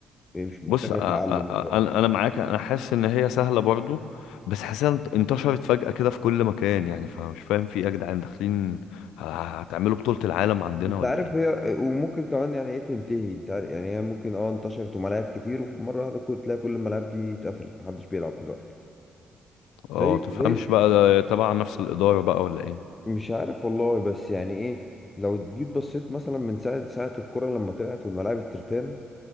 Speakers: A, on the left; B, on the left.
A: مش محتاجه
B: بص أ- أ- أ-
A: تعلم متهيألي
B: انا انا معاك انا حاسس ان هي سهله برضو بس حاسسها انت- انتشرت فجاه كده في كل مكان يعني فمش فاهم في ايه يا جدعان داخلين ه- هتعملوا بطوله العالم عندنا
A: انت
B: ولا
A: عارف
B: ايه
A: هي وممكن كمان يعني ايه تنتهي انت عارف يعني هي ممكن اه انتشرت وملاعب كتير ومره واحده كل- تلاقي كل الملاعب دي اتقفلت محدش بيلعب دلوقتي
B: اه
A: زي
B: تفهمش
A: زي
B: بقى ده تبع نفس الاداره بقى ولا ايه
A: مش عارف والله بس يعني ايه لو جيت بصيت مثلا من ساعة ساعة الكرة لما طلعت والملاعب الترتان